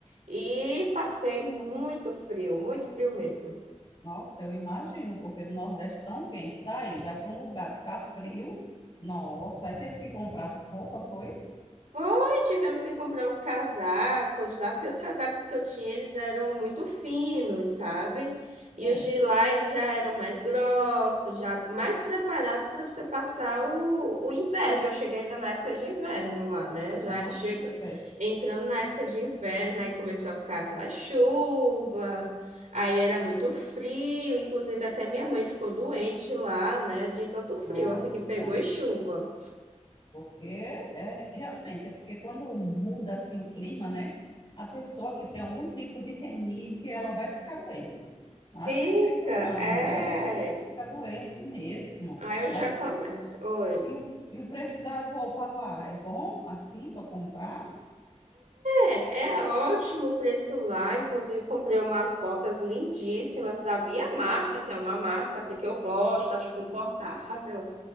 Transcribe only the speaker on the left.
Nossa, eu imagino, porque no Nordeste tão quente, sair, vai para um lugar que tá frio. Nossa, aí teve que comprar roupa, foi?
É.
Ah,
fé.
Nossa,
porque é realmente, é porque quando muda assim o clima, né? A pessoa que tem algum tipo de renite, ela vai ficar doente. Não
tem jeito não,
é fica doente mesmo.
Mas
os,
e o, e o preço das roupas lá é bom assim para comprar?